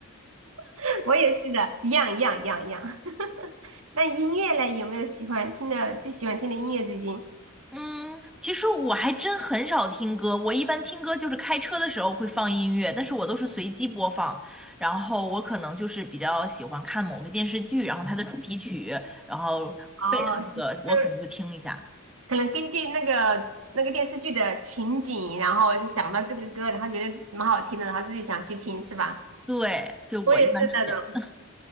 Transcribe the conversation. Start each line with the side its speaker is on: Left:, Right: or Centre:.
Right: <laughs> 我也是的，一样一样一样一样。<laughs> 那音乐嘞，有没有喜欢听的最喜欢听的音乐？最近？
Centre: 嗯，其实我还真很少听歌，我一般听歌就是开车的时候会放音乐，但是我都是随机播放。然后我可能就是比较喜欢看某个电视剧，然后它的主题曲，然后背的那个我可能就听一下。
Right: 哦，就是可能根据那个那个电视剧的情景，然后就想到这个歌，然后觉得蛮好听的，然后自己想去听，是吧？
Centre: 对，就我一般是这样。
Right: 我也是那种，